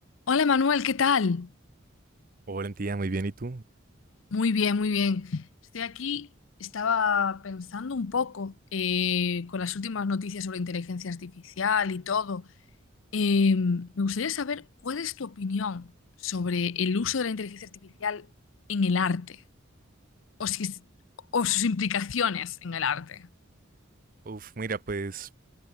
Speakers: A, on the left (about 70°); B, on the right (about 40°).
A: Hola Manuel, ¿qué tal?
B: Hola, tía, muy bien. ¿Y tú?
A: Muy bien, muy bien. Estoy aquí, estaba pensando un poco eh, con las últimas noticias sobre inteligencia artificial y todo. Eh, me gustaría saber cuál es tu opinión sobre el uso de la inteligencia artificial en el arte o, si es- o sus implicaciones en el arte.
B: Uf, mira, pues